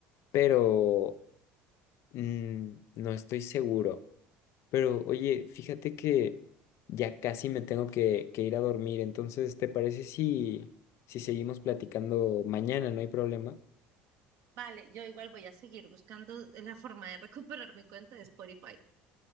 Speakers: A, on the left; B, on the right.
A: pero mm, no estoy seguro. Pero oye, fíjate que ya casi me tengo que, que ir a dormir, entonces, ¿te parece si, si seguimos platicando mañana? No hay problema.
B: Vale, yo igual voy a seguir buscando la forma de recuperar mi cuenta de Spotify.